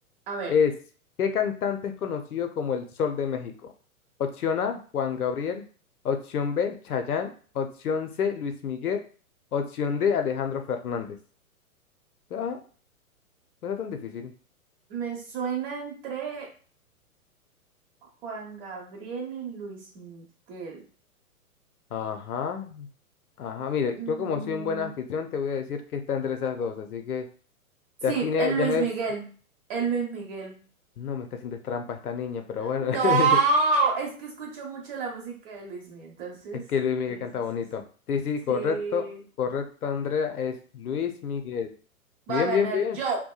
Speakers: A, on the right; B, on the left.
A: a ver,
B: Es, ¿qué cantante es conocido como el Sol de México? Opción A, Juan Gabriel. Opción B, Chayanne. Opción C, Luis Miguel. Opción D, Alejandro Fernández. Ah, no está tan difícil.
A: me suena entre Juan Gabriel y Luis Miguel.
B: Ajá, ajá. Mire,
A: Mm,
B: yo como soy un buen anfitrión, te voy a decir que está entre esas dos, así que
A: Sí,
B: ya tiene,
A: el
B: ya
A: Luis
B: no es,
A: Miguel. El Luis Miguel.
B: no me está haciendo trampa esta niña, pero bueno.
A: No,
B: <laughs>
A: es que escucho mucho la música de Luis Miguel, entonces.
B: Es que Luis Miguel
A: Sí,
B: canta
A: sí,
B: bonito.
A: sí, sí.
B: Sí, sí,
A: Sí,
B: correcto. Correcto, Andrea. Es Luis Miguel. Bien,
A: va a
B: bien,
A: ganar
B: bien.
A: yo.